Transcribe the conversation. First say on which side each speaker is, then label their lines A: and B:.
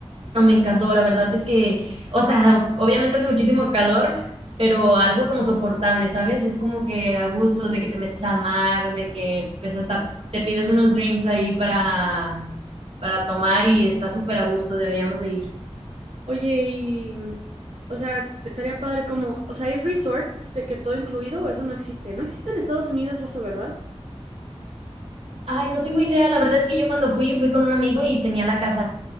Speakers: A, on the right; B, on the right.
A: me encantó. La verdad es que, o sea, obviamente hace muchísimo calor, pero algo como soportable, ¿sabes? Es como que a gusto de que te metes al mar, de que pues hasta te pides unos drinks ahí para, para tomar y está súper a gusto, deberíamos de ir.
B: Oye, y, o sea, estaría padre como, o sea, ¿hay resorts de que todo incluido o eso no existe? No existe en Estados Unidos eso, ¿verdad?
A: Ay, no tengo idea, la verdad es que yo cuando fui, fui con un amigo y tenía la casa